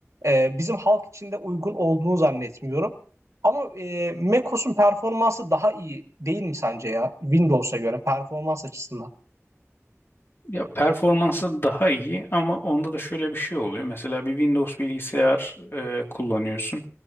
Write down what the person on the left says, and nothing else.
Ya performansı daha iyi ama onda da şöyle bir şey oluyor. Mesela bir Windows bilgisayar e, kullanıyorsun.